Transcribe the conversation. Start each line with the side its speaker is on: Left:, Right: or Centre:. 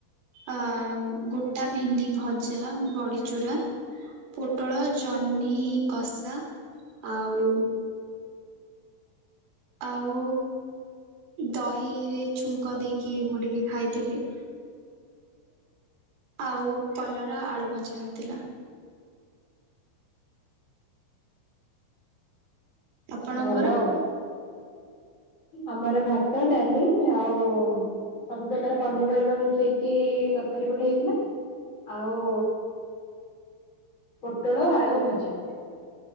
Right: ଆ ଗୋଟା ଭେଣ୍ଡି ଭଜା, ବଡିଚୁରା। ପୋଟଳ, ଜହ୍ନି କଷା ଆଉ ଆଉ ଦହିରେ ଛୁଙ୍କ ଦେଇକି ମୁଁ ଟିକେ ଖାଇଥିଲି। ଆଉ କଲରା ଆଳୁ ଭଜା ହେଇଥିଲା। ଆପଣଙ୍କର?
Left: ସେ ଭଲ ଆଉ ଆମର ଭାତ ଡାଲି ଆଉ ସବୁ ପ୍ରକାର ପନିପରିବା ମିଶେଇକି ତରକାରୀ ଗୋଟେ ହେଇଥିଲା। ଆଉ ପୋଟଳ ଆଳୁ ଭଜା।